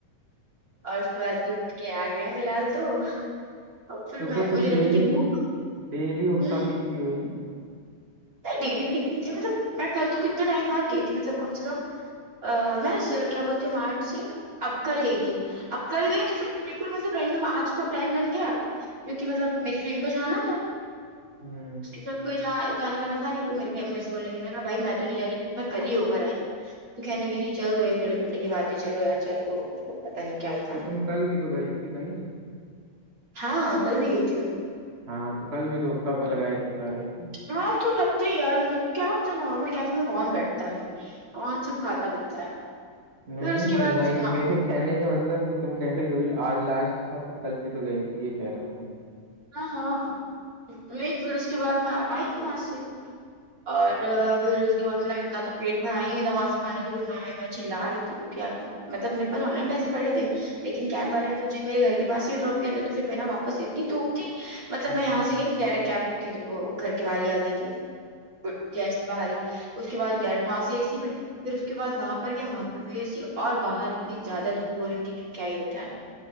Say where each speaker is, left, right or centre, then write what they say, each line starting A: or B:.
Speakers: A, on the right; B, on the right.
A: آج تو آج لٹ کے آ گئے فیلحال تو اور پھر
B: تو
A: میں
B: کیا تم
A: مجھے لگی
B: ڈیلی
A: تھی بھوک
B: ڈیلی ہوکا
A: ہوں
B: پیتی ہو وہی ہے
A: میں ڈیلی نہیں پی تھی مطلب میں کل تو کتنے ٹائم بعد گئی تھی مطلب کم سے کم ا میں س کیا بولتے مارچ سے اب کل گئی تھی اب کل گئی تو پھر بالکل مطلب رینڈم آج کا پلان بن گیا کیوںکہ مطلب میری فرینڈ کو جانا تھا
B: ہوں
A: جب کوئی جائے جانے والا تھا نہیں وہ میرے فرینڈ میرے سے بولنے لگی کہ بھائی میں تو نہیں جا رہی کیونکہ میں کل ہی ہو کر آئی ہوں تو کہنے لگی نہیں چل تو ایک ڈیڑھ گھنٹے کے بات ہے چلو یار چل دو پتہ نہیں کیا ہے
B: تو تم کل بھی تو گئی تھی کہیں
A: ہاں کل بھی گئی تھی میں
B: ہاں تو کل بھی تو کب لگائی بتا رہی تھی
A: ہاں تو لگتے ہی یار کیا پتا نارمل کیفے میں کون بیٹھتا ہے بھائی کون چپ کھاتا پیتا ہے
B: نہیں
A: پھر اس کے بعد
B: میں
A: سننا
B: یہ میرے کہنے کا مطلب تم کہہ رہی ہو ابھی آج لاسٹ تھا تو کل بھی تو گئی تھی یہ کہہ رہا ہوں میں
A: ہاں ہاں نہیں پھر اس کے بعد میں آئی وہاں سے اور پھر اس کے بعد مطلب اتنا تو پیٹ بھرا ہی تھا وہاں سے کھانے سے پھر میں آئی میں چلا رہی کے کیا مطلب میرے پاس آن لائن پسے پڑے تھے لیکن کیب والے نے مجھے میرے گھر کے پاس ہی ڈراپ کیا تھا تو پھر میرا واپس اتنی دھوپ تھی مطلب
B: ہوں
A: میں
B: ہوں
A: یہاں سے گئی ڈریکٹ کیب بک کی تھی تو وہ گھر کے باہر ہی آ گئی تھی وہ جسٹ باہر ہی اس کے بعد ڈائریکٹ وہاں سے اے سی میں پھر اس کے بعد وہاں پر کیا وہاں پہ بھی اے سی اور باہر اتنی زیادہ دھوپ ہو رہی تھی کہ کیا ہی بتائیں